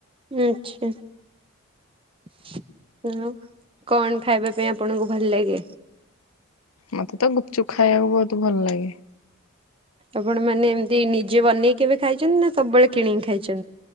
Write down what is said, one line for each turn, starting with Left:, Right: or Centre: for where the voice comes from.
Right: ଆଚ୍ଛା। <unintelligible> କଣ ଖାଇବା ପାଇଁ ଆପଣଙ୍କୁ ଭଲ ଲାଗେ?
Left: ମତେ ତ ଗୁପଚୁପ ଖାଇବାକୁ ବହୁତ ଭଲ ଲାଗେ।
Right: ଆପଣ, ମାନେ ଏମିତି ନିଜେ ବନେଇକି କେବେ ଖାଇଛନ୍ତି ନା, ସବୁବେଳେ କିଣିକି ଖାଇ